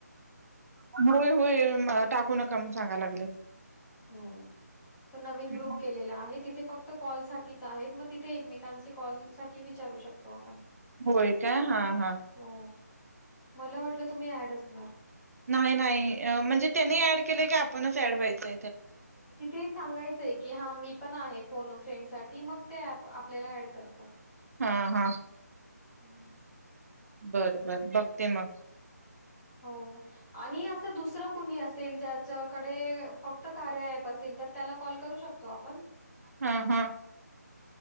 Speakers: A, on the right; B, on the left.
A: होय होय टाकू नका सांगायला लागलेत
B: हम्म <unintelligible> तो नवीन
A: हं.
B: ग्रुप केलेला आहे तिथे फक्त कॉलसाठी मग तिथे एकमेकांचे कॉल साठी विचारू शकतो आपण
A: होय काय हा हा
B: हो मला वाटलं तुम्ही ॲड असणार.
A: नाही नाही म्हणजे त्यांनी ऍड केले क पणच ऍड व्हायचं
B: तिथे सांगायचंय की हा मी पण आहे फोन फ्रेंडसाठी ती मग ते आपल्याला ऍड करतात
A: हा हा
B: हम्म
A: बरं बर बघते मग
B: हो आणि असं दुसरं कुणी असेल ज्याच्याकडे फक्त कार्य ॲप असेल तर त्याला कॉल करू शकतो आपण
A: हा हा